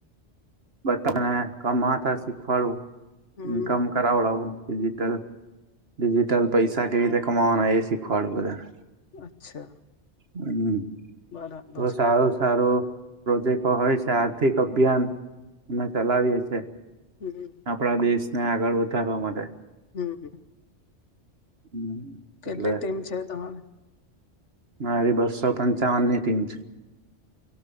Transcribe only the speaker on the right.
બધા ને કમતા શીખવાડું
ઇન્કમ કરાવડાવું ડિજીટલ ડિજીટલ પૈસા કેવી રીતે કમાવાના એ સીખવાળું બધાને.
હમ્મ,
તો સારું સારું પ્રોજેક્ટો હોય છે. આર્થિક અભિયાન અમે ચલાવીએ છીએ
આપણા દેશને આગળ વધારવા માટે.
હમ,
એટલે
મારી બસો પંચાવનની ટીમ છે.